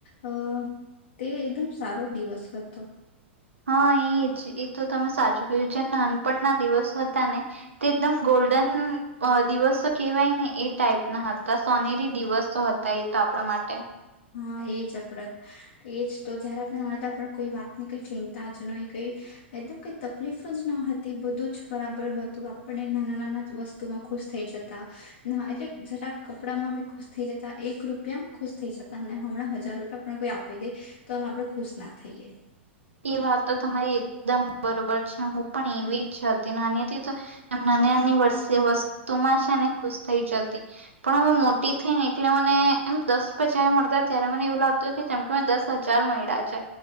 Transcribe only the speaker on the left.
અ તે એકદમ સારો દિવસ હતો.
હા એજ આપડે એજ તો જયારે આપણે નાના હતા કોઈ વાતની કઈ ચિંતા જ નહી કઈ એકદમ કઈ તકલીફ જ ન હતી બધું જ બરાબર હતું આપને નાના નાના વસ્તુમાં ખુશ થઈ જતા એટલે જરાક કપડામાં બી ખુશ થઈ જતા એક રૂપિયામાં ખુશ થઈ જત હમણાં હજાર રૂપિયા પણ કોઈ આપી દે તો અમ આપડે ખુશ ના થઈએ.